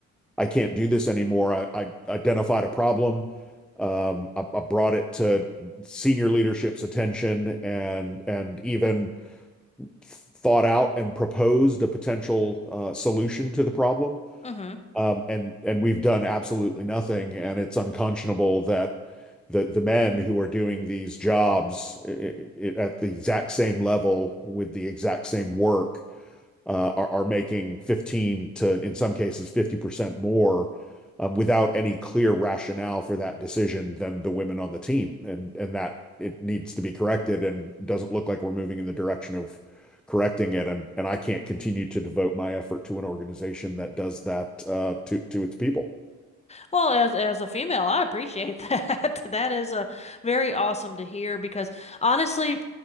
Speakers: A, in the centre; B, on the left (about 20°).
A: I can't do this anymore. I, I identified a problem. Um, I, I brought it to senior leadership's attention and, and even thought out and proposed a potential uh, solution to the problem
B: hmm
A: um, and and we've done absolutely nothing, and it's unconscionable that the the men who are doing these jobs i i at the exact same level with the exact same work uh, are, are making 15 to, in some cases, 50% more um, without any clear rationale for that decision than the women on the team. And, and that it needs to be corrected and doesn't look like we're moving in the direction of correcting it. And, and I can't continue to devote my effort to an organization that does that uh, to, to its people.
B: Well, as as a female, I appreciate that. <laughs> That is uh, very awesome to hear because honestly,